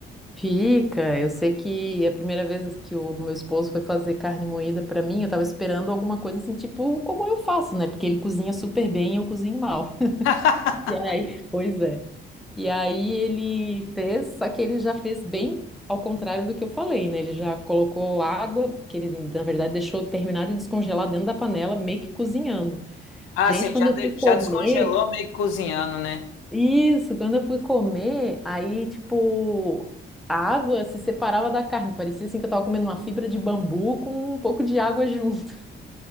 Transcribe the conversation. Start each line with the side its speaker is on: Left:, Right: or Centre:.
Centre: Fica, eu sei que é a primeira vez que o meu esposo foi fazer carne moída pra mim, eu tava esperando alguma coisa assim, tipo como eu faço, né? Porque ele cozinha super bem e eu cozinho mal. <laughs>
Left: <laughs>
Centre: E aí, pois é. E aí ele fez, só que ele já fez bem ao contrário do que eu falei, né? Ele já colocou água, que ele na verdade deixou terminado de descongelar dentro da panela, meio que cozinhando.
Left: Ah,
Centre: Gente,
Left: sim,
Centre: quando
Left: já,
Centre: eu
Left: de-
Centre: fui
Left: já
Centre: comer,
Left: descongelou meio que cozinhando, né?
Centre: isso, quando eu fui comer, aí tipo a água se separava da carne, parecia assim que eu tava comendo uma fibra de bambu com um pouco de água junto.